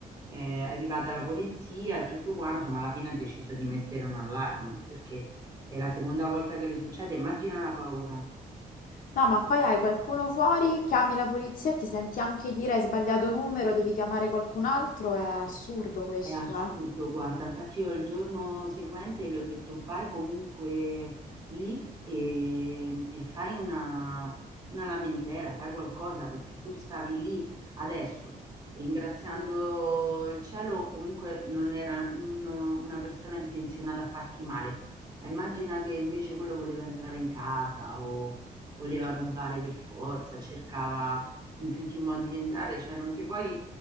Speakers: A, on the right; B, on the left.
A: È arrivata la polizia e tutto quanto, ma alla fine ha deciso di mettere un allarme perché è la seconda volta che le succede, immagina la paura.
B: No, ma poi hai qualcuno fuori, chiami la polizia e ti senti anche dire hai sbagliato numero, devi chiamare qualcun altro. È assurdo questo,
A: È assurdo,
B: eh?
A: guarda, infatti io il giorno seguente le ho detto vai comunque lì e, e fai una, una lamentela, fai qualcosa perché tu stavi lì adesso, ringraziando il cielo, comunque non era uno- una persona intenzionata a farti male. Ma immagina che invece quello voleva entrare in casa o voleva rubare per forza, cercava in tutti i modi di entrare, cioè non ti puoi